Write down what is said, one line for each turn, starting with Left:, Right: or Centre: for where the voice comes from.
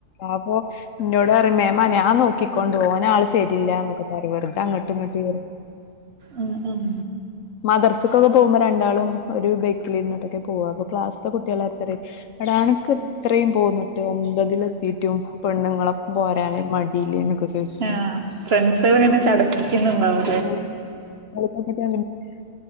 Left: ആപ്പൊ ഇന്നോട് പറിം മേമാ ഞാൻ നോക്കിക്കൊണ്ട് ഓന് ആള് ശരില്ലന്നൊക്കെ പറയും വേർതെ അങ്ങട്ട് ഇങ്ങട്ട്
Right: ഉം ഉം
Left: മദ്രറസക്കൊക്കെ പോകുമ്പോ രണ്ടാളും ഒരു ബൈക്കില് ഇരുന്നിട്ടൊക്കെ പോക അപ്പൊ ക്ലാസ്സ്ത്തെ കുട്ടികള് <unintelligible> അട അനക്ക് എത്രയും പോന്നിട്ട് ഒമ്പതില എത്തിട്ടും പെണ്ണുങ്ങളൊപ്പ പോരാനെ മടിയില്ലേ എന്നൊക്കെ ചോദിച്ചു
Right: ആഹ് ഫ്രണ്ട്സളിങ്ങനെ ചടപ്പിക്കുന്നുണ്ടാവോ
Left: <unintelligible>